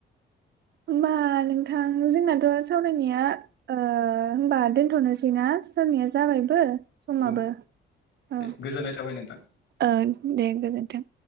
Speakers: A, on the right; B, on the left.
A: होमबा नोंथां जोंनाथ' सावरायनाया ओ होमबा दोनथ'नोसैना सावराया जाबायबो समाबो
B: औ दे
A: ओ
B: गोजोननाय थाबाय
A: <inaudible>
B: नोंथां
A: ओ दे गोजोनथों